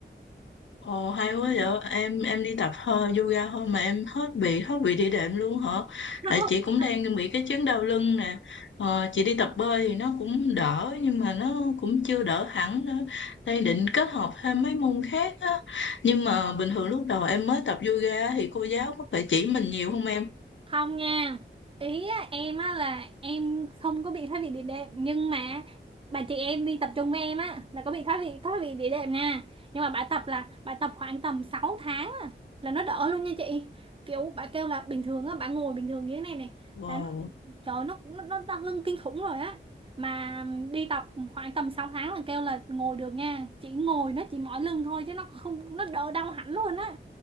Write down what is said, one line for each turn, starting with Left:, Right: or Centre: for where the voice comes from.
Left: Ồ hay quá vậy em em đi tập hơi yoga thôi mà em hết bị hết bị đi đệm luôn hả
Right: <laughs>
Left: tại chị cũng đang bị cái chứng đau lưng nè ờ, chị đi tập bơi thì nó cũng đỡ nhưng mà nó cũng chưa đỡ hẳn nữa đang định kết hợp thêm mấy môn khác á nhưng mà bình thường lúc đầu em mới tập yoga thì cô giáo có phải chỉ mình nhiều không em
Right: không nha ý á, em á là em không có bị thoái vị địa đệm nhưng mà bà chị em đi tập trung với em á là có bị thoái vị thoái vị địa đệm nha nhưng mà bà tập là bà tập khoảng tầm 6 tháng á, là nó đỡ luôn nha chị kiểu bà kêu là bình thường á bà ngồi bình thường như thế này này
Left: Wow.
Right: là nó trời ơi, nó nó nó đau lưng kinh khủng rồi á mà đi tập khoảng tầm 6 tháng là kêu là ngồi được nha chỉ ngồi nó chỉ mỏi lưng thôi chứ nó không nó đỡ đau hẳn luôn á